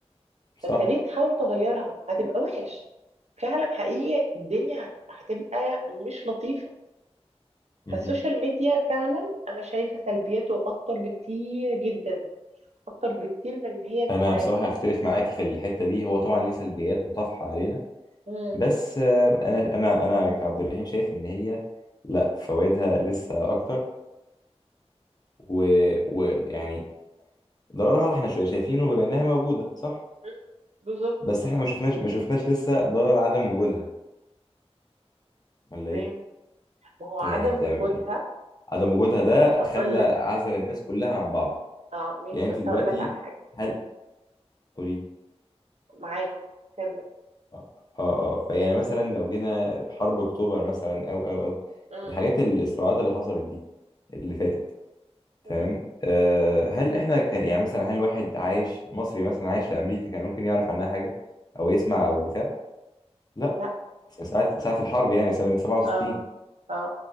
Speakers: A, on the left; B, on the right.
A: صح
B: فانت ليه تحاول تغيرها هتبقى وحش فعلا حقيقي الدنيا هت- هتبقى مش لطيفه
A: مهم.
B: فالسوشيال ميديا فعلا انا شايفه سلبياته اكتر بكتير جدا اكتر بكتير من ان هي نفعانا
A: انا بصراحه اختلف معاكي في الحته دي هو طبعا ليه سلبيات وطفحه علينا
B: مم.
A: بس آه، انا انا انا كعبد الرحيم شايف ان هي لا فوائدها لسه اكتر ويعني و- ويعني ضررها احنا شوية شايفينه بما انها موجودة صح
B: مم. بالظبط
A: بس احنا ما شفناش ما شفناش لسه ضرر عدم وجودها ولا
B: تمام
A: ايه
B: ما هو عدم
A: يعني انت
B: وجودها
A: عدم وجودها ده
B: هقول
A: خلى
B: لك
A: عزل الناس كلها عن بعض
B: اه ماشي
A: يعني انت
B: بس
A: دلوقتي
B: هقول لك على حاجة
A: هل قولي لي.
B: معاك كمل
A: اه اه آه. فيعني مثلا لو جينا حرب اكتوبر مثلا او او او
B: مم.
A: الحاجات ال- الصراعات اللي حصلت دي اللي فاتت تمام
B: مم.
A: أه هل احنا كان يعني مثلا هل واحد عايش مصري مثلا عايش في امريكا كان ممكن يعرف عنها حاجة او يسمع او بتاع لا
B: لا
A: ساعة ساعة الحرب يعني سنة 67
B: اه اه